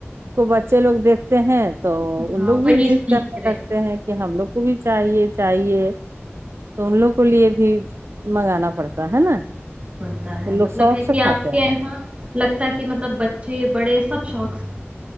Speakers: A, on the right (about 65°); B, on the right (about 30°).
A: کو بچے لوگ دیکھ تد تو ان
B: ہاں
A: لوگ
B: وہی
A: بھی ضد
B: سیکھ
A: کرنے
B: رہے
A: لگتے ہیں کہ ہم لوگ کو بھی چاہیے چاہیے تو ان لوگ کو لیے بھی منگانا پڑتا ہے نا
B: پڑتا ہے
A: ان لوگ
B: مطلب
A: شوق
B: ہے
A: سے
B: کہ آپ
A: کھاتے ہیں
B: کے یہاں لگتا ہے کہ مطلب اچھے بڑے سب شوقس